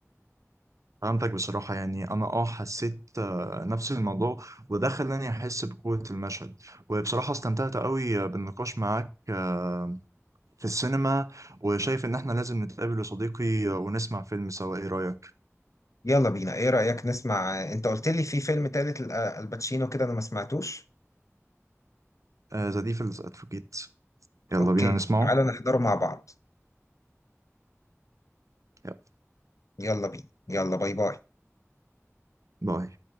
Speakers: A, on the right (about 90°); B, on the left (about 85°).
A: فهمتك بصراحة يعني انا اه حسيت آه، نفس الموضوع وده خلاني احس بقوة المشهد وبصراحة استمتعت قوي بالنقاش معاك آه، في السينما وشايف ان احنا لازم نتقابل يا صديقي ونسمع فيلم سوا ايه رأيك؟
B: يلا بينا إيه رأيك نسمع أنت قلت لي في فيلم تالت ل- الباتشينو كده أنا ما سمعتوش
A: آه، The Devil's Advocate يلا
B: أوكي
A: بينا نسمعه
B: تعالى نحضره مع بعض
A: يلا
B: يلا بينا يلا باي باي
A: باي